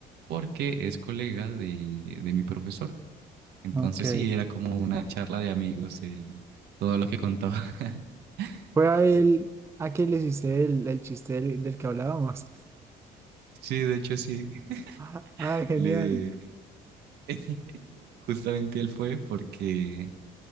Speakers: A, on the right; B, on the right.
A: porque es colega de, de mi profesor. Entonces
B: ok.
A: sí, era como una charla de amigos, el, todo lo que contaba. <laughs>
B: Fue a él,
A: Y
B: a quien le hiciste el, el chiste del, del que hablábamos.
A: sí, de hecho sí,
B: <laughs> Ah,
A: <laughs>
B: genial.
A: le, <laughs> justamente él fue porque,